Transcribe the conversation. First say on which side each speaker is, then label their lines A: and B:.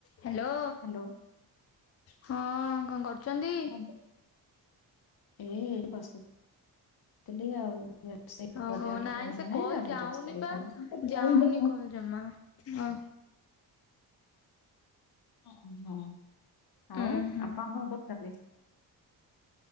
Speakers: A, on the left; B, on the left.
A: Hello
B: hello
A: ହଁ କଣ କରୁଚନ୍ତି?
B: ହଁ ଏ ଏଇଠି ବସି ଥିଲି ଆଉ। ରୋଷେଇ ମୋ
A: ଓହୋ
B: ଦେହଟା
A: ନାଇଁ
B: ଟିକେ ଭଲ
A: ସେ
B: ନାହିଁ
A: କଲ
B: ତ ଟିକେ
A: ଯାଉନି
B: ରୋଷେଇ
A: ପା
B: କରୁଥିଲି।
A: ଯାଉନି କଲ ଜମା ଓ
B: <unintelligible> ଆଉ
A: ଉୁଁ ହୁଁ
B: ଆପଣ କଣ କରୁଚନ୍ତି?